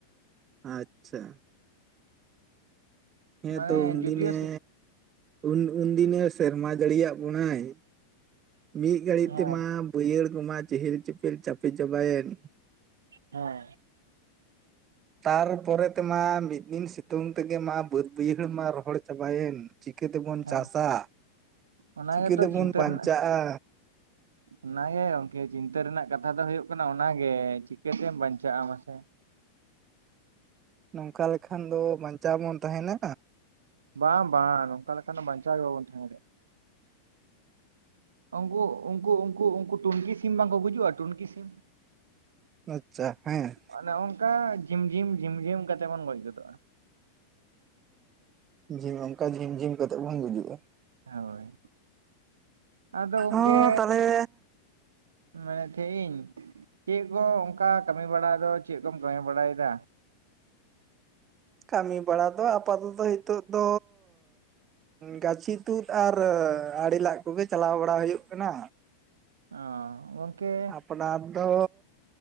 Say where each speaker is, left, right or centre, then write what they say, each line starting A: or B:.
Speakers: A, on the right; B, on the right.
A: ᱟᱪᱪᱷᱟ ᱦᱮᱸᱛᱚ
B: ᱢᱟᱱᱮ
A: ᱩᱱ
B: ᱡᱩᱫᱤᱭᱳ
A: ᱫᱤᱱ ᱮ ᱩᱱ ᱩᱱᱫᱤᱱ ᱮ ᱥᱮᱨᱢᱟ ᱡᱟᱲᱤᱭᱟᱜ ᱵᱚᱱᱟᱭ ᱢᱤᱫ ᱜᱷᱟᱹᱲᱤᱡ
B: ᱦᱮᱸ
A: ᱛᱮᱢᱟ ᱵᱟᱹᱭᱦᱟᱹᱲ ᱠᱚᱢᱟ ᱪᱮᱦᱮᱞ ᱪᱮᱯᱮᱞ ᱪᱟᱯᱮ ᱪᱟᱵᱟᱭᱮᱱ
B: ᱦᱮᱸ
A: ᱛᱟᱨᱯᱚᱨᱮ ᱛᱮᱢᱟ ᱢᱤᱫ ᱫᱤᱱ ᱥᱤᱛᱩᱝ ᱛᱮᱜᱮ ᱢᱟ ᱵᱟᱹᱫ ᱵᱟᱹᱭᱦᱟᱹᱲ ᱢᱟ ᱨᱚᱦᱚᱲ ᱪᱟᱵᱟᱭᱮᱱ ᱪᱤᱠᱟᱹ ᱛᱮᱵᱚᱱ
B: ᱦᱮᱸ
A: ᱪᱟᱥᱟ
B: ᱚᱱᱟ
A: ᱪᱤᱠᱟᱹ
B: ᱜᱮᱛᱚ
A: ᱛᱮᱵᱚᱱ
B: ᱪᱤᱱᱛᱟᱹ
A: ᱵᱟᱧᱪᱟᱜᱼᱟ
B: ᱨᱮᱱᱟᱜ ᱚᱱᱟᱜᱮ ᱜᱚᱝᱠᱮ ᱪᱤᱱᱛᱟᱹ ᱨᱮᱱᱟᱜ ᱠᱟᱛᱷᱟ ᱫᱚ ᱦᱩᱭᱩᱜ ᱠᱟᱱᱟ ᱚᱱᱟᱜᱮ ᱪᱤᱠᱟᱹᱛᱮᱢ ᱵᱟᱧᱪᱟᱜᱼᱟ ᱢᱟᱥᱮ
A: ᱱᱚᱝᱠᱟ ᱞᱮᱠᱷᱟᱱ ᱫᱚ ᱵᱟᱧᱪᱟᱣ ᱵᱚᱱ ᱛᱟᱦᱮᱱᱟ
B: ᱵᱟᱝ ᱵᱟᱝ ᱱᱚᱝᱠᱟ ᱞᱮᱠᱟ ᱠᱷᱟᱱ ᱵᱟᱧᱪᱟᱣ ᱜᱮ ᱵᱟᱵᱚᱱ ᱛᱟᱦᱮᱸᱱᱟ ᱩᱱᱠᱩ ᱩᱱᱠᱩ ᱩᱱᱠᱩ ᱴᱩᱞᱜᱤ ᱥᱮ ᱥᱤᱢ ᱵᱟᱝ ᱠᱚ ᱜᱩᱡᱩᱜᱼᱟ ᱴᱩᱞᱜᱤ ᱥᱤᱢ
A: ᱟᱪᱪᱷᱟ ᱦᱮᱸ
B: ᱚᱱᱮ ᱚᱱᱠᱟ ᱡᱷᱤᱢ ᱡᱷᱤᱢ ᱡᱷᱤᱢ ᱠᱟᱛᱮ ᱵᱚᱱ ᱜᱚᱡ ᱜᱚᱫᱚᱜᱼᱟ
A: ᱦᱮᱸ ᱚᱱᱠᱟ ᱡᱷᱤᱢ ᱡᱷᱤᱢ ᱠᱟᱛᱮ ᱵᱟᱱ ᱜᱩᱡᱩᱜᱼᱟ
B: ᱦᱳᱭ ᱟᱫᱚ ᱜᱚᱝᱠᱮ
A: ᱦᱚᱸ ᱛᱟᱦᱚᱞᱮ
B: ᱢᱟᱱ ᱮ ᱛᱷᱮᱤᱧ ᱪᱮ ᱠᱚ ᱚᱱᱠᱟ ᱠᱟᱹᱢᱤ ᱵᱟᱲᱟ ᱫᱚ ᱪᱮ ᱠᱚᱢ ᱠᱟᱹᱢᱤ ᱵᱟᱲᱟᱭᱮᱫᱟ
A: ᱠᱟᱹᱢᱤ ᱵᱟᱲᱟ ᱫᱚ ᱟᱯᱟᱛᱚ ᱛᱚ ᱱᱤᱛᱚᱜ ᱫᱚ ᱜᱟᱹᱪᱷᱤ ᱛᱩᱫ ᱟᱨ ᱟᱲᱮ ᱞᱟᱜ ᱠᱚᱜᱮ ᱪᱟᱞᱟᱣ ᱵᱟᱲᱟ ᱦᱩᱭᱩᱜ ᱠᱟᱱᱟ
B: ᱚ ᱜᱚᱝᱠᱮ
A: ᱟᱯᱱᱟᱨ ᱫᱚ